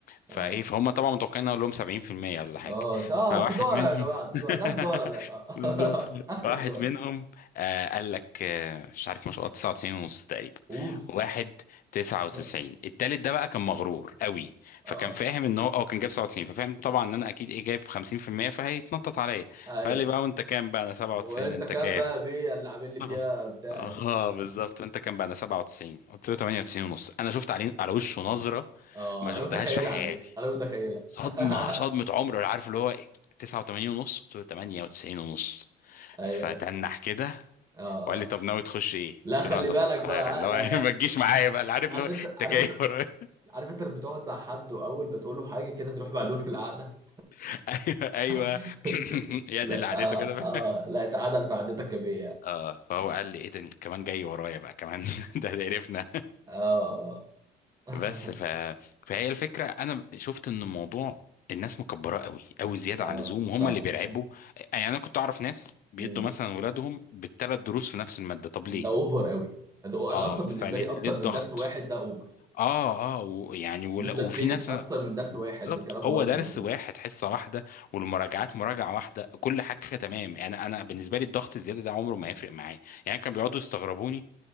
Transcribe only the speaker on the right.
اه
اه ت- اه
تجارة
يا جماعة تجارة
ده تجارة ده آه.
<laughs> اخر
تجارة
اوف
<laughs>
اه
ايوه
وانت
كاب
بقى بيه اللي عامل لي
فيها بتاعت
اه
انا متخيلة
على فكرة انا متخيلة
<laughs>
ايوه
اه
اه
لا
خلي
بالك
بقى
لا
عارف
انت
عارف
انت
عارف انت اللي بتقعد مع حد واول ما تقول له حاجه كده تروح معدول في القعده
<laughs>
لا
آه
آه لا اتعادل في قعدتك يا بيه
اه <laughs>
اه
صح
صح
مم.
ده
اوفر قوي ده انا
اصلا بالنسبه
لي اكتر
من درس واحد ده اوفر
مش درسين
اكتر من درس
واحد الكلام
واضح
وبسيط